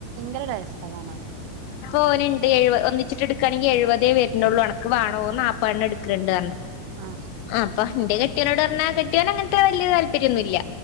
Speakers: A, on the right; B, on the left.
A: ഒരു രസാ കാണാന്
B: ഓൻണ്ട് എഴുപ ഒന്നിച്ചിട്ടിട്കാണെങ്കി എഴുവതെ വെർനൊള്ളു അൻക്ക് വാണോന്ന് നാൽപ്പേണട്ക്ക്ണ്ടർഞ്ഞു
A: ആഹ്
B: ആ പ്പ ഇന്റെ കെട്ട്യോനോടർഞ്ഞാ കെട്ട്യോന് അങ്ങൻത്തെ വല്ല്യ താൽ <unintelligible> യൊന്നുല്ല